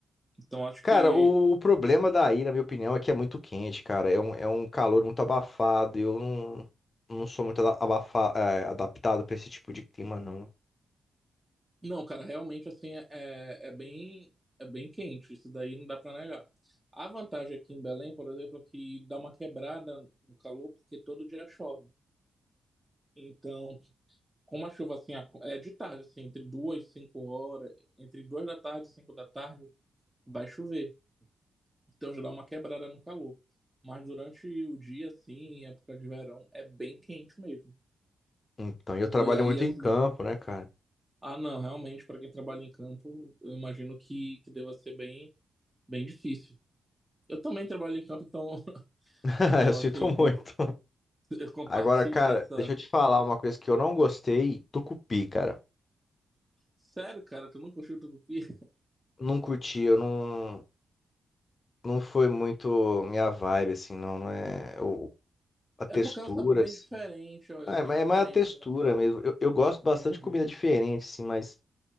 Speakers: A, on the right; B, on the left.
A: então acho
B: Cara,
A: que
B: o, o problema daí, na minha opinião, é que é muito quente, cara. É um, é um calor muito abafado. e Eu não, não sou muito ada- abafa, é, adaptado pra esse tipo de clima, não.
A: Não, cara, realmente assim é, é é bem é bem quente, isso daí não dá pra negar. A vantagem aqui em Belém, por exemplo, é que dá uma quebrada no calor porque todo dia chove. Então, como a chuva assim ac- é de tarde, assim, entre duas e cinco horas, entre duas da tarde e cinco da tarde, vai chover. Então já dá uma quebrada no calor. Mas durante o dia, assim, em época de verão, é bem quente mesmo.
B: Então, e eu trabalho
A: E aí,
B: muito
A: assim,
B: em campo, né, cara?
A: ah, não, realmente, para quem trabalha em campo, eu imagino que, que deva ser bem, bem difícil. Eu também trabalho em campo, então, <laughs>
B: <laughs>
A: então
B: Eu sinto
A: assim, comp-
B: muito.
A: eu compartilho
B: Agora, cara,
A: dessa.
B: deixa eu te falar uma coisa que eu não gostei. Tucupi, cara.
A: Sério, cara, tu nunca curtiu tucupi? <laughs>
B: não curti, eu não, não foi muito minha vibe, assim, não, não é o, a textura,
A: É porque é um sabor bem
B: assim.
A: diferente, é
B: Ah,
A: bem
B: É, mais
A: diferente,
B: é mais a textura
A: né? o caldo.
B: mesmo. Eu, eu gosto
A: Entendi.
B: bastante de comida diferente, assim, mas,